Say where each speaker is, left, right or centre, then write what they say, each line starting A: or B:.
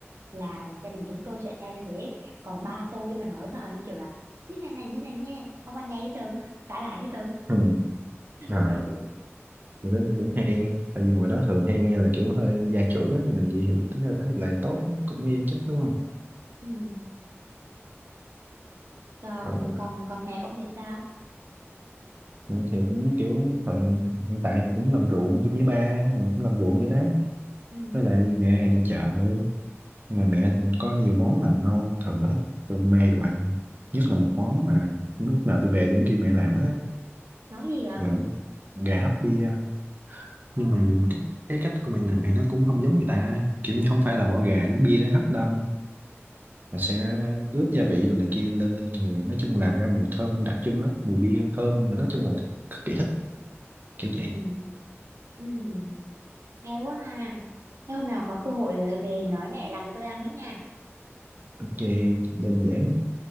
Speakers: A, on the right (about 80°); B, on the right (about 40°).
A: là gia đình chúng tôi sẽ theo như thế. Còn ba tôi mà nói vào như kiểu là như này này như này nha, không ai nghe hết trơn, cãi lại hết trơn.
B: Ừ. À,
A: Ừ, ừm,
B: kiểu đó cũng hay tại vì ngoài đó thường hay nghe là kiểu hơi gia trưởng á, mà gì thì tính ra tôi thấy lại tốt á, cũng nghiêm chắc đúng không
A: ừm. Còn
B: Ờ,
A: còn còn mẹ ông thì sao?
B: mình thì cũng kiểu thời hiện tại thì cũng làm ruộng chung với ba mình cũng làm ruộng vậy đó
A: Ừ,
B: với lại mẹ thì nội trợ nhưng mà mẹ
A: ừ.
B: có nhiều món làm ngon thường là thích tôi mê đồ ăn nhất là một món mà lúc nào tôi về đúng kêu mẹ làm hết á
A: Nói gì ạ?
B: làm cái gà hấp bia
A: Ồ,
B: nhưng mà cái, cái cách của mẹ làm thì nó cũng không giống người ta kiểu như không phải là bỏ gà giống bia nó hấp đâu mà sẽ ướp gia vị đồ này kia lên rồi nói chung làm ra mùi thơm đặc trưng lắm mùi bia thơm nói chung là cực kỳ thích kiểu
A: ừ,
B: vậy
A: ừ. Hay quá ha. Thế hôm nào có cơ hội ờ, về nói mẹ làm cho tôi ăn với nha.
B: ok đơn giản